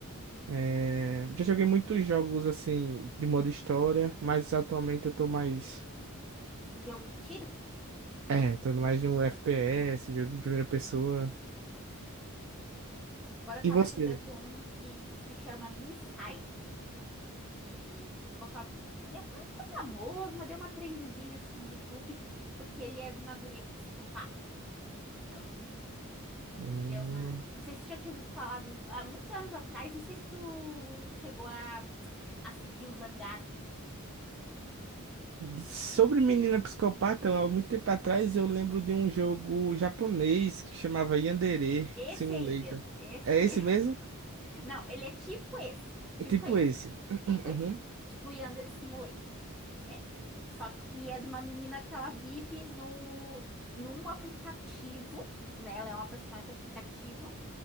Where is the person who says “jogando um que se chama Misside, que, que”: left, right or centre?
Centre